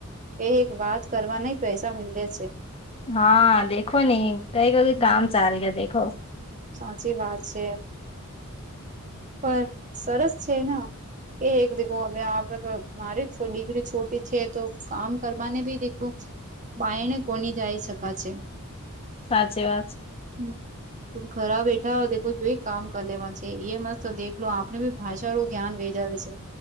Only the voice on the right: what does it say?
એ એક વાત કરવા ન પૈસા મી છે
હમ
સાચી વાત છે પણ સરસ છે ને એ એક દખો હવે આપ મારી ડિગ્રી છોટી છે તો કામ કરવાને ભી દેખો બાાયને કોની જાય શકા છે
હમ ત ખરા બેઠા દેખો જોઈ કામ કરી લેવા છે એ મસ્ તો દેખલો આપણે બી ભાષાળું જ્ઞાન વેજાવે છે